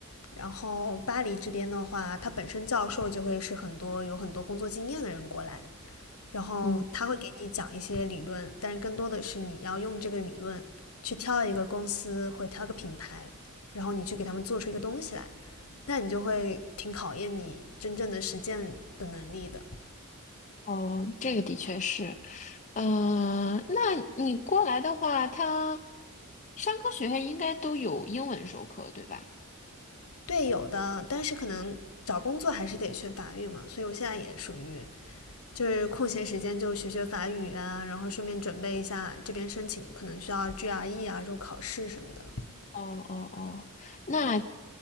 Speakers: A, on the left; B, on the left.
A: 然后巴黎这边的话，他本身教授就会是很多有很多工作经验的人过来，然后他会给你讲一些理论，
B: 嗯。
A: 但是更多的是你要用这个理论去挑一个公司或者挑个品牌，然后你去给他们做出一个东西来，那你就会挺考验你真正的实践的能力的。
B: 哦，这个的确是，呃，那你过来的话，他商科学院应该都有英文授课，对吧？
A: 对，有的，但是可能找工作还是得学法语嘛，所以我现在也属于就是空闲时间就学学法语啊，然后顺便准备一下这边申请可能需要 GRE 啊这种考试什么的。
B: 哦哦哦，那